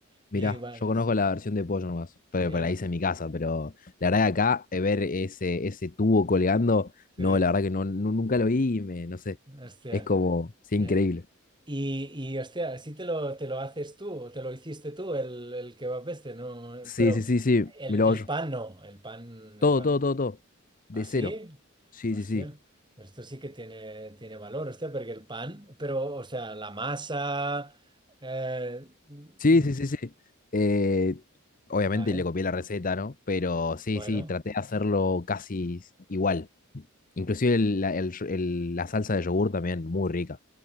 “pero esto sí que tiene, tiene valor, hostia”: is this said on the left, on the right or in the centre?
Right